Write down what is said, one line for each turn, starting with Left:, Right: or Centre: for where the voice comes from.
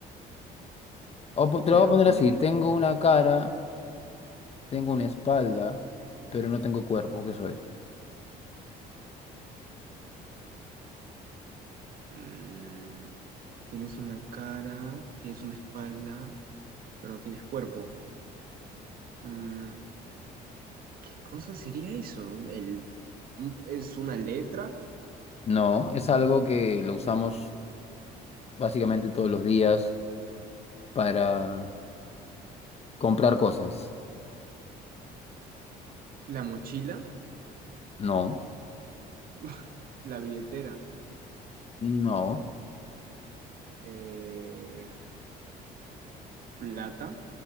Left: O po- te
Right: pero
Left: lo voy a
Right: no
Left: poner
Right: tiene
Left: así. Tengo una cara. Tengo una espalda, pero no tengo cuerpo, ¿qué soy?
Right: Mm, tienes una cara, tienes una espalda, pero no tienes cuerpo. Mm, ¿qué cosa sería eso? El, un- es una letra,
Left: No, es algo que lo usamos básicamente todos los días para comprar cosas.
Right: la mochila,
Left: No,
Right: <laughs> la billetera,
Left: no.
Right: eh, plata,